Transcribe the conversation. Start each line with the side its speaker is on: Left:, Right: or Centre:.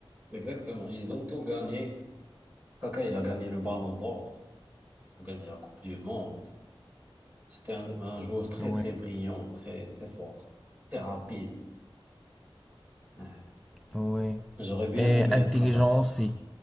Right: exactement. Ils ont tout gagné. Kaka, il a gagné le Ballon d'Or, il a gagné la Coupe du Monde. C'était un, un joueur très
Centre: Ouais.
Right: très brillant, très très fort, très rapide. Ouais.
Centre: Oui.
Right: J'aurais bien
Centre: Et
Right: aimé
Centre: intelligent
Right: être à sa place.
Centre: aussi.
Right: hein.